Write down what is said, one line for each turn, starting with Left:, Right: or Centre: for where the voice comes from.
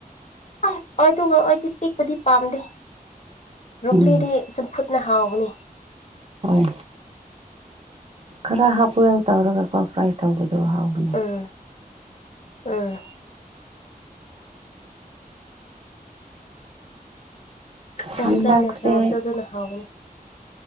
Left: ꯑ ꯑꯗꯨ ꯑꯩꯗꯤ ꯄꯤꯛꯄꯗꯤ ꯄꯥꯝꯗꯦ ꯕꫭꯛꯀꯂꯤꯗꯤ
Right: ꯎꯝ
Left: ꯆꯝꯐꯨꯠꯅ ꯍꯥꯎꯕꯅꯤ
Right: ꯍꯣꯏ ꯈꯔ ꯍꯥꯞ ꯕꫭꯏꯜ ꯇꯧꯔꯒꯀꯣ ꯐ꯭ꯔꯥꯏ ꯇꯧꯕꯗꯣ ꯍꯥꯎꯕꯅꯦ
Left: ꯎꯝ ꯎꯝ ꯏꯆꯝ
Right: ꯍꯟꯗꯛꯁꯦ
Left: ꯆꯝꯅ ꯆꯥꯕꯗꯣ ꯑꯗꯨꯅ ꯍꯥꯎꯕꯅꯤ